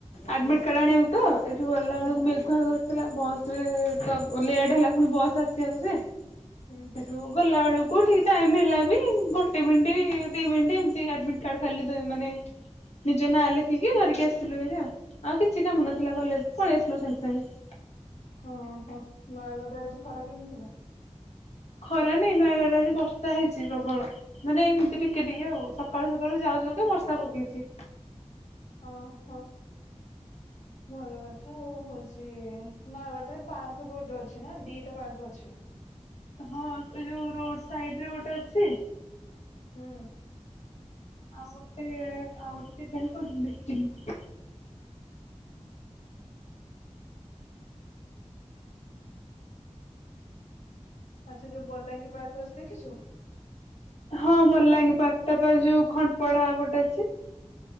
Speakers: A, on the left; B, on the left.
A: ଆଡମିଟ୍ କାର୍ଡ ଆଣିବାକୁ ତ, ଏଠୁ ଗଲା ବେଳକୁ
B: ହୁଁ
A: ମେଘୁଆ କରି ଆସିଲା ବସ ରେ ତ ଲେଟ୍ ହେଲା ପୁଣି ବସ ଆ ଆସିବାକୁ ଯେ ସେଠୁ
B: ହୁଁ
A: ଗଲା ବେଳକୁ ଠିକ ଟାଇମ ହେଲେ ବି ଗୋଟେ ମିନିଟ ଦି ମିନିଟ ଆଡମିଟ କାର୍ଡ ଖାଲି ଦେବେ ମାନେ ନିଜ ନାଁ ଲେଖିକି ଧରିକି ଆସିଲୁ ହେରି ଆଉ ଆଉ କିଛି କାମ ନଥିଲା କଲେଜ ପଳେଇ ଆସିଲୁ ସାଙ୍ଗେ ସାଙ୍ଗେ।
B: ଓହୋ ନୟାଗଡ଼ରେ ଆଜି ଖରା କେମିତି ଥିଲା?
A: ଖରା ନାଇଁ ନୟାଗଡ଼ରେ ଆଜି ବର୍ଷା ହେଇଛି ପ୍ରବଳ। ମାନେ ଏମିତି ଟିକେ ଟିକେ ଆଉ ସକାଳୁ ସକାଳୁ ଯାଉ ଯାଉକା ବର୍ଷା ପକେଇଛି।
B: ଓ ହୋ।
A: <inaudible>
B: ଭଲ କଥା ଆଉ ହଉଛି ନୟାଗଡ଼ରେ ପାର୍କ ବହୁତ ଅଛି ନା ଦିଟା ପାର୍କ ଅଛି।
A: ହଁ ସେ ଯୋଉ ରୋଡ ସାଇଡରେ ଗୋଟେ ଅଛି।
B: ହୁଁ।
A: ଆଉ ଗୋଟେ ଆଉ ଗୋଟେ କେଜାଣି କୋଉଠି ମୁଁ ଦେଖିନି।
B: ଆଚ୍ଛା ଯୋଉ ବଲାଙ୍ଗୀ ପାର୍କ ଅଛି ଦେଖିଛୁ।
A: ହଁ ବଲାଙ୍ଗୀ ପାର୍କ ଟା ପା ଯୋଉ ଖନପଡାପଟେ ଅଛି।